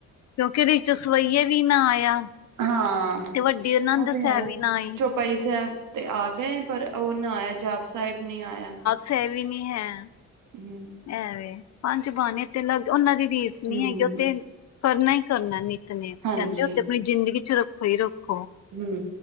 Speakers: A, on the left; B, on the right.
A: ਕਿਉਂਕਿ ਇਸ 'ਚ ਸਵਈਏ ਵੀ ਨਾ ਆਇਆ
B: ਹਾਂ।
A: ਤੇ ਵੱਡੀ ਆਨੰਦ
B: ਉਹ ਤੇ ਹੈ
A: ਸਾਹਿਬ ਵੀ ਨਾ ਆਈ
B: ਚੌਪਾਈ ਸਾਹਿਬ ਤੇ ਆ ਗਏ। ਪਰ ਉਹ ਨਾ ਆਇਆ ਜਾਪ ਸਾਹਿਬ ਨੀ ਆਇਆ ਹੈ।
A: ਸੇਵਾ ਨਹੀਂ ਹੈ।
B: ਹੂ,,,
A: ਐਵੇਂ ਪੰਜ ਬਾਣੀ ਤੇ ਲ ਉਹਨਾਂ ਦੀ ਰੀਸ ਨੀ
B: ਹੂੰ
A: ਹੈਗੀ ਉਹਥ ਕਰਨਾ ਹੀ ਕਰਨਾ ਨੇ ਨੇ
B: ਹਾਂਜੀ
A: ਕਹਿੰਦੇ ਉਥੇ ਆਪਣੀ ਜ਼ਿੰਦਗੀ ਚ ਰੱਖੋ ਹੀ ਰੱਖੋ
B: ਹੂ,,,